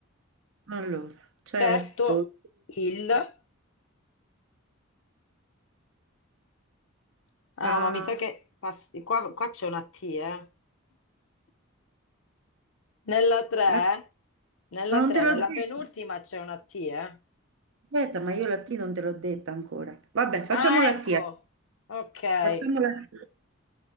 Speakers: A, on the right (about 65°); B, on the left (about 70°).
A: Allora, certo,
B: certo, il... Ah,
A: pa,
B: ma mi sa che... passi- Qua, qua c'è una T, eh. Nella 3,
A: la-
B: nella
A: ma non
B: 3,
A: te l'ho
B: nella
A: detto.
B: penultima c'è una T, eh?
A: Aspetta, ma io la T non te l'ho detta ancora. Vabbè, facciamo
B: Ah,
A: la
B: ecco.
A: T. allora.
B: Ok. Eh,
A: Facciamo la T.